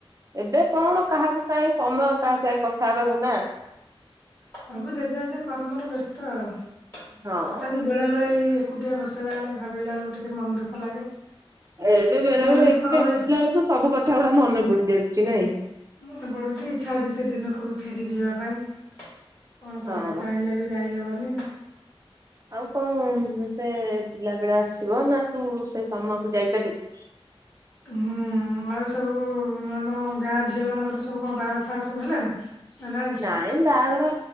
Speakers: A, on the right; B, on the left.
A: ଏବେ କଣ କାହାକୁ କାହିଁ ସମୟ କାହା ସହ କଥା ହେବାକୁ ନାଁ?
B: ସବୁ ଜେଝା ଜେଝା କର୍ମରେ ବ୍ୟସ୍ତ ଆଉ,
A: ହଁ।
B: ତଥାପି ବେଳେ ବେଳେ ଏଇ ଏକୁଟିଆ ବସିଲା ବେଳେ ଭାବିଲା ବେଳକୁ ଟିକେ ମନ ଦୁଃଖ ଲାଗେ,
A: ଏବେ ବେଳେ
B: ମନ
A: ବେଳେ
B: ଦୁଃଖ
A: ଏକୁଟିଆ
B: ହୁଏ।
A: <unintelligible> ସବୁ କ କଥା ଗୁଡା ମନେ ପଡି ଯାଉଚି ନାଇଁ?
B: ମନେ ପଡୁଚି, ଇଚ୍ଛା ହଉଚି ସେ ଦିନକୁ ବି ଫେରି ଯିବା ପାଇଁ। କଣ
A: ହଁ।
B: କରିବା ଚାହିଁଲେ ବି ଯାଇହବନି।
A: ଆଉ କଣ ସେ ପିଲା ବେଳ ଆସିବ, ନା ତୁ ସେ ସମୟକୁ ଯାଇପାରିବୁ।
B: ହଁ। <unintelligible> <unintelligible> ଁ ଆଉ ସବୁ ଆମ ଗାଁ ଝିଅ ମାନଙ୍କର ସବୁ କଣ ବହାଘର ଫାଘର ସବୁ ହେଲାଣି? ନାଇଁ
A: ନାହିଁ ବାହାଘର